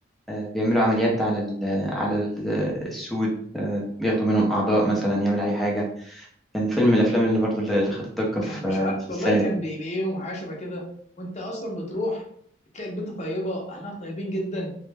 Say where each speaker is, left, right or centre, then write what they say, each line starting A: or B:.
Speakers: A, in the centre; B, on the left.
A: آه، بيعملوا عمليات على ال على ال- السود آه، بياخدوا منهم اعضاء مثلا يعمل عليه حاجه كان فيلم من الافلام اللي برضو اللي اللي خدت ضجه في
B: كان مش عارف
A: في السنه
B: والله كان
A: دي
B: بيبيعيهم وحاجه شبه كده وانت اصلا بتروح تلاقي البيت طيبه اهلها طيبين جدا